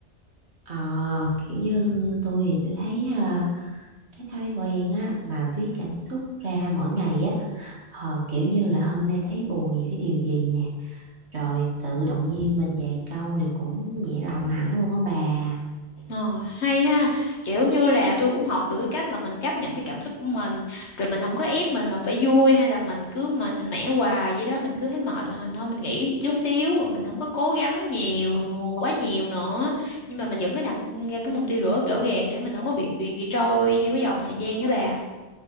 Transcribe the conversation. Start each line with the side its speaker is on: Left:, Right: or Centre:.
Right: ờ, kiểu như tôi thì tôi thấy ờ, cái thói quen á mà viết cảm xúc ra mỗi ngày á, ờ, kiểu như là hôm nay thấy buồn vì cái điều gì nè, rồi tự động viên mình vài câu thì cũng nhẹ lòng hẳn luôn á bà.
Left: Ờ, hay ha kiểu như là tôi cũng học được cái cách là mình chấp nhận cái cảm xúc của mình rồi mình không có ép mình là phải vui hay là mình cứ mạnh mẽ hoài vậy đó mình cứ thấy mệt là thôi mình nghỉ chút xíu rồi mình không có cố gắng nhiều quá nhiều nữa nhưng mà mình vẫn có đặt ra cái mục tiêu rõ rõ ràng để mình không có bị bị, bị trôi theo cái dòng thời gian á bà